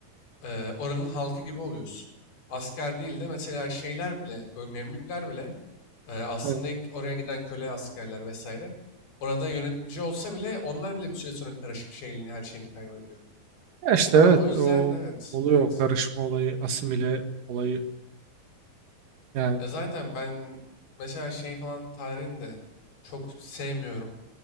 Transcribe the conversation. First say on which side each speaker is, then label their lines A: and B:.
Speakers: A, on the left; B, on the right.
A: e, oranın halkı gibi oluyorsun. Asker değil de mesela şeyler bile, ö- Memlükler bile e, aslında
B: Evet.
A: ilk oraya giden köle askerler vesaire. Orada yönetici olsa bile onlar bile bir süre sonra karışıp şeyini, her şeyini kaybediyor.
B: Ya işte
A: Aa,
B: evet
A: o yüzden
B: o
A: evet,
B: oluyor
A: evet.
B: o karışma olayı, asimile olayı yani.
A: Ya zaten ben mesela şey falan tarihini de çok sevmiyorum.